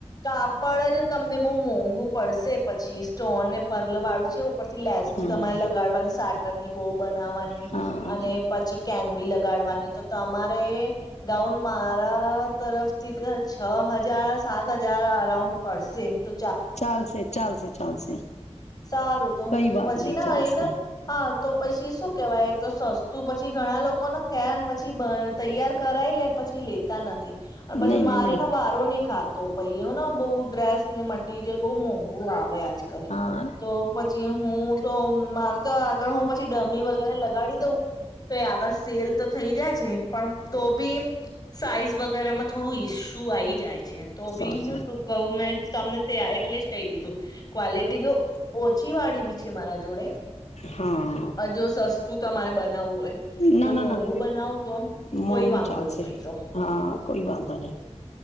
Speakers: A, on the left; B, on the left.
A: કાપડ જ તમને બહુ મોંઘું પડશે પછી સ્ટોનને પર્લ વાળું છે ઉપરથી લેસ
B: હા
A: બી તમારે લગાડવાની સાટનની બહુ બનાવવાની
B: હા
A: અને પછી કેન બી લગાડવાની. તો તમારે ગાઉન મારા તરફથી તો છ હજાર સાત હજાર અરાઉન્ડ પડશે તો.
B: ચાલશે ચાલશે. ચાલશે.
A: સારું તો હું
B: કઈ વાત
A: પછી
B: નહી
A: ના
B: ચાલશે
A: એના હા તો પસી શું કેવાય એક તો સસ્તું પછી ઘણા લોકોને કેન પછી બ તૈયાર કરાય લે પછી લેતા નથી. અને પછી
B: નહી નહી
A: મારે
B: નહી
A: ના વારો નહી ખાત. તો પહ્યો ના બહુ ડ્રેસ ની મટ મટિરિયલ બહુ મોંઘુ આવે આજકાલ.
B: હા
A: તો પછી હું તો મારે તો આગળ હું પછી ડમી વગેરા લગાડી દઉં. તો એ આગળ સેલ તો થઈ જાય છે પણ તો બી સાઈઝ વગેરે માં થોડું ઈસ્યુ આઈ જાય. છે તો
B: સારું
A: બી હું શું કહું મેં તમને તે આ એ એટલે જ કહી દીધું ક્વોલિટી તો ઓછીવાળી બી છે મારા જોડે.
B: હા
A: જો સસ્તું તમારે બનાવવું હોય
B: ના
A: જો
B: ના
A: મોંઘું
B: ના
A: બનાવ તો
B: મોંઘું
A: કોઈ વાંધો
B: ચાલશે
A: નહીં પહી તો.
B: હા કોઈ વાંધો નહી